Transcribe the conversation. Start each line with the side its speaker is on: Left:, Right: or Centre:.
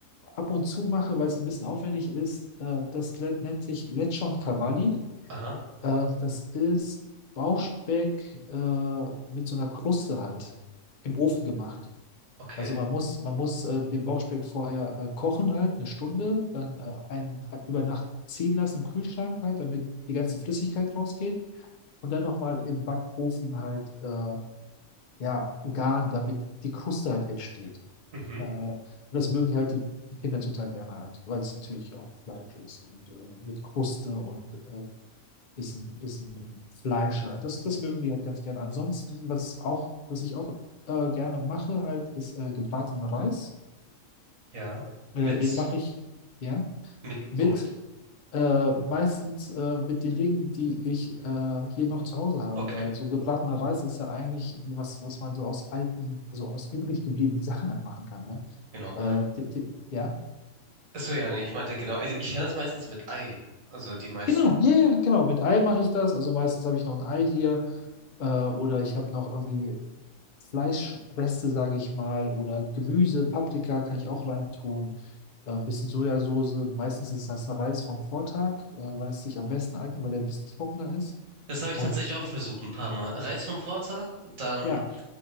Left: ab und zu mache, weil es ein bisschen aufwendig ist, äh, das le- nennt sich Lechon Cavalli.
Right: aha,
Left: Äh, das ist Bauchspeck äh, mit so einer Kruste halt im Ofen gemacht.
Right: okay.
Left: Also man muss, man muss äh, den Bauchspeck vorher äh, kochen halt, eine Stunde, dann äh, ein, über Nacht ziehen lassen im Kühlschrank halt, damit die ganze Flüssigkeit rausgeht. Und dann nochmal im Backofen halt, äh, ja, garen, damit die Kruste halt entsteht.
Right: Mhm,
Left: Daher, und das mögen die halt die, die Kinder total gerne halt, weil es natürlich auch Fleisch ist und äh, mit Kruste und äh, bisschen, bisschen Fleisch halt. Das, das mögen die halt ganz gerne. Ansonsten, was auch, was ich auch äh, gerne mache halt, ist äh, gebratenen Reis.
Right: ja.
Left: Äh,
Right: Mit,
Left: den mache ich, ja,
Right: mit,
Left: mit
Right: womit?
Left: äh, meistens äh, mit den Dingen, die ich äh, hier noch zu Hause habe,
Right: Okay,
Left: weil so gebratener Reis ist ja eigentlich was, was man so aus alten, also aus übrig gebliebenen Sachen halt machen kann, ne?
Right: genau.
Left: Äh, die, die, ja.
Right: Achso, ja, nee, ich meinte genau. Ich, ich kenne das meistens mit Ei. Also die meisten.
Left: Genau, ja, ja, genau. Mit Ei mache ich das. Also meistens habe ich noch ein Ei hier äh, oder ich habe noch irgendwie Fleischreste, sage ich mal, oder Gemüse, Paprika kann ich auch reintun. Äh, ein bisschen Sojasauce. Meistens ist das Reis vom Vortag, äh, weil es sich am besten eignet, weil der ein bisschen trockener ist.
Right: Das habe ich
Left: Und
Right: tatsächlich auch versucht, ein paar Mal. Reis vom Vortag, dann
Left: ja,